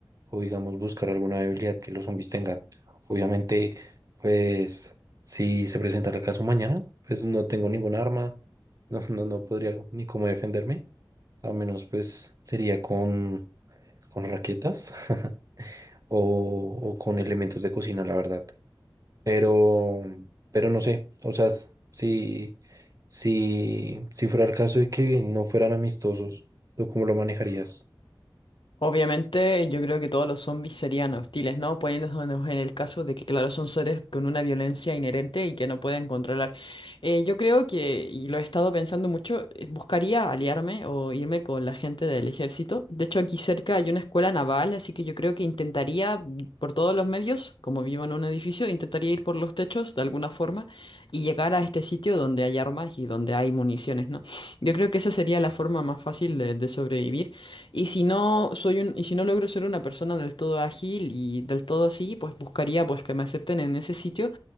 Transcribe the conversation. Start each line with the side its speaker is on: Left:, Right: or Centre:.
Right: o digamos buscar alguna debilidad que los zombies tengan. Obviamente, pues si se presenta el caso mañana, pues no tengo ningún arma, <laughs> no, no, no podría ni cómo defenderme, a menos pues sería con, con raquetas <laughs> o, o con elementos de cocina, la verdad. Pero, pero no sé, o sea, s- si, si, si fuera el caso de que no fueran amistosos, ¿tú cómo lo manejarías?
Left: Obviamente, yo creo que todos los zombies serían hostiles, ¿no? Poniéndonos en el caso de que, claro, son seres con una violencia inherente y que no pueden controlar. Eh, yo creo que, y lo he estado pensando mucho, eh, buscaría aliarme o irme con la gente del ejército. De hecho, aquí cerca hay una escuela naval, así que yo creo que intentaría, mm, por todos los medios, como vivo en un edificio, intentaría ir por los techos de alguna forma y llegar a este sitio donde hay armas y donde hay municiones, ¿no? Yo creo que esa sería la forma más fácil de de sobrevivir. Y si no soy un, y si no logro ser una persona del todo ágil y del todo así, pues buscaría pues que me acepten en ese sitio